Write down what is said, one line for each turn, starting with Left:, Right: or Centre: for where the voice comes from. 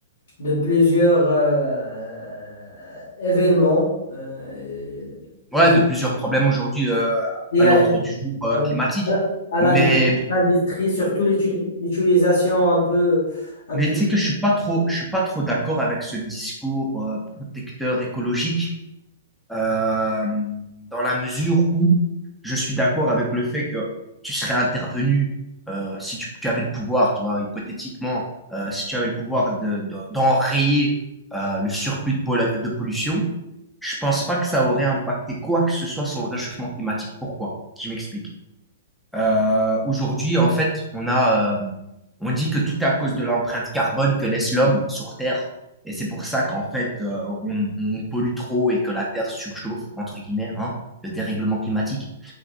Left: de plusieurs euh, événements euh,
Centre: ouais,
Left: liés
Centre: de plusieurs problèmes aujourd'hui euh,
Left: liés
Centre: à
Left: à
Centre: l'ordre
Left: la-
Centre: du jour
Left: voilà,
Centre: euh, climatique.
Left: à l'ind-
Centre: Mais,
Left: l'industrie, surtout l'utu- l'utilisation un peu un
Centre: mais
Left: peu
Centre: tu sais que je suis pas trop, je suis pas trop d'accord avec ce discours euh, protecteur écologique euh, dans la mesure où je suis d'accord avec le fait que tu serais intervenu euh, si tu, tu avais le pouvoir, tu vois, hypothétiquement, euh, si tu avais le pouvoir de, de- d'enrayer euh, le surplus de, pol- de pollution, je pense pas que ça aurait impacté quoi que ce soit sur le réchauffement climatique. Pourquoi? Je m'explique. Euh, aujourd'hui, en fait, on a, euh, on dit que tout à cause de l'empreinte carbone que laisse l'homme sur Terre. Et c'est pour ça qu'en fait, euh, on, on pollue trop et que la Terre surchauffe, entre guillemets, hein, le dérèglement climatique.